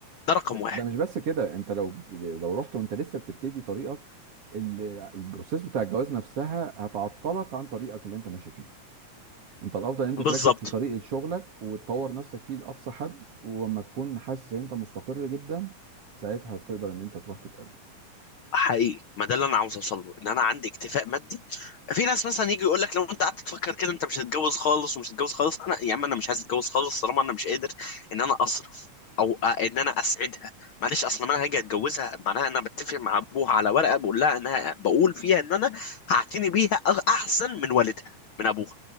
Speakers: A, on the left (about 65°); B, on the right (about 50°).
A: ده رقم
B: ده
A: واحد
B: ده مش بس كده انت لو لو رحت وانت لسه بتبتدي طريقك ال- البروسيس بتاع الجواز نفسها هتعطلك عن طريقك اللي انت ماشي فيه انت الافضل ان انت تركز
A: بالظبط
B: في طريقة شغلك وتطور نفسك فيه لاقصى حد ولما تكون حاسس ان انت مستقر جدا ساعتها تقدر ان انت تروح تتقدم
A: حقيقي ما ده اللي انا عاوز اوصل له ان انا عندي اكتفاء مادي في ناس مثلا يجي يقول لك لو انت قعدت تفكر كده انت مش هتتجوز خالص ومش هتتجوز خالص انا يا عم انا مش عايز اتجوز خالص طالما انا مش قادر ان انا اصرف او أ- ان انا اسعدها معلش اصلا ما انا هاجي اتجوزها معناها انا بتفق مع ابوها على ورقه بقول لها انها بقول فيها ان انا هعتني بيها أغ- احسن من والدها من ابوها